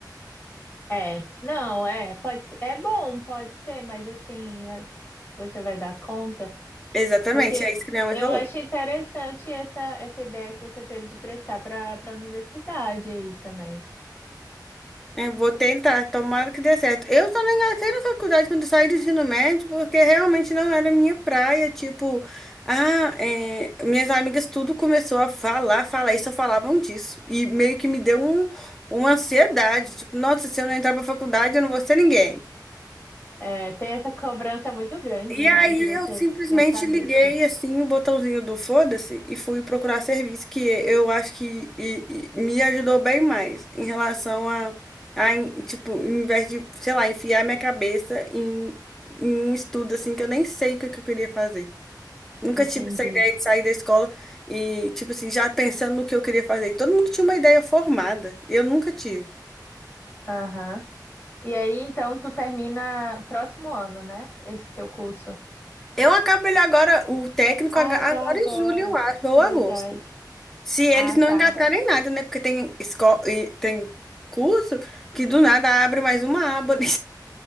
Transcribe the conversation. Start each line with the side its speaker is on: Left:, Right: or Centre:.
Left: É, não, é, pode, ser- é bom, pode ser, mas assim, a- você vai dar conta,
Centre: Exatamente,
Left: porque
Centre: é isso que minha mãe
Left: eu
Centre: falou.
Left: acho interessante essa, essa ideia que você teve de prestar para para a universidade aí também.
Centre: É, vou tentar, tomara que dê certo. Eu só não engatei na faculdade quando eu saí do ensino médio, porque realmente não era minha praia. Tipo, ah, é, minhas amigas tudo começou a falar, falar, e só falavam disso. E meio que me deu um, uma ansiedade. Tipo, nossa, se eu não entrar pra faculdade, eu não vou ser ninguém.
Left: É, tem essa cobrança muito grande,
Centre: E
Left: né?
Centre: aí
Left: De você
Centre: eu simplesmente
Left: já saber
Centre: liguei
Left: tudo.
Centre: assim o botãozinho do foda-se e fui procurar serviço, que eu acho que e- e me ajudou bem mais em relação a, a em- tipo, em vez de, sei lá, enfiar minha cabeça em, em um estudo assim que eu nem sei o que, que eu queria fazer. Nunca
Left: Entendi.
Centre: tive essa ideia de sair da escola e, tipo assim, já pensando no que eu queria fazer. E todo mundo tinha uma ideia formada. Eu nunca tive.
Left: Aham. E aí, então, tu termina próximo ano, né? Esse teu curso.
Centre: Eu acabo ele agora, o técnico,
Left: Ah,
Centre: aga- agora
Left: já agora.
Centre: em julho, eu acho, ou
Left: Verdade.
Centre: agosto. Se eles
Left: Ah,
Centre: não
Left: tá.
Centre: engatarem nada, né? Porque tem escola e tem curso que do nada abre mais uma aba <laughs> de